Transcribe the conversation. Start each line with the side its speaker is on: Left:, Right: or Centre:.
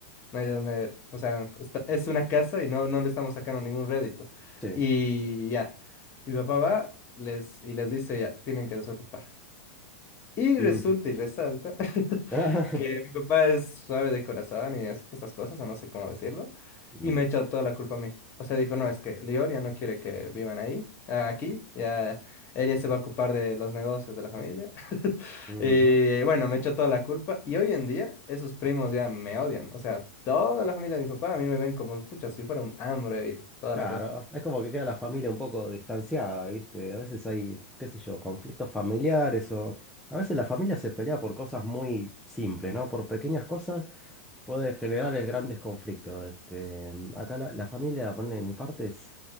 Left: no hay donde, o sea, está- es una casa y no, no le estamos sacando ningún rédito.
Centre: Sí.
Left: Y ya, mi papá va les, y les dice, ya, tienen que desocupar. Y
Centre: ujú.
Left: resulta y resalta <laughs>
Centre: <laughs>
Left: que mi papá es suave de corazón y es pues, estas cosas, o no sé cómo decirlo,
Centre: Mm,
Left: y me echó toda la culpa a mí. O sea, dijo, no, es que Lior ya no quiere que vivan ahí, ah, aquí, ya ella se va a ocupar de los negocios de la familia. <laughs>
Centre: ujú,
Left: Y bueno, me echó toda la culpa y hoy en día esos primos ya me odian. O sea, toda la familia de mi papá a mí me ven como, pucha, si fuera un hambre y toda
Centre: Claro,
Left: la cosa.
Centre: es como que queda la familia un poco distanciada, ¿viste? A veces hay, qué sé yo, conflictos familiares o... A veces la familia se pelea por cosas muy simples, ¿no? Por pequeñas cosas Puede generar eh, grandes conflictos. Este, acá la, la familia, ponele de mi parte, es,